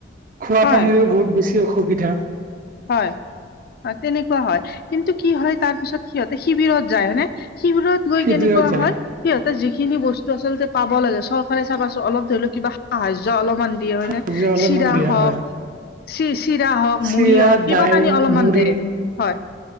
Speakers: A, on the right; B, on the left.
A: খোৱাপানীৰ
B: হয়
A: বহুত বেছি অসুবিধা
B: হয়। তেনেকুৱা হয় কিন্তু কি হয় তাৰ পিছত সিহঁতে শিবিৰত যায় হয়নে শিবিৰত গৈ
A: শিবিৰত
B: কেনেকুৱা
A: যায়
B: হয় সিহঁতে যিখিনি বস্তু আচলতে পাব লাগে চৰকাৰে চাবাচোন অলপ ধৰি লওক কিবা সাহায্য অলপমান দিয়ে হয় ন
A: শিবিৰত অলপমান
B: চিৰা
A: বেয়া
B: হওক
A: হয়
B: চি চিৰা হওক
A: চিৰা
B: মুড়ি হওক কিবা
A: দাইল
B: কানি অলপমান
A: মুড়ি
B: দেই হয়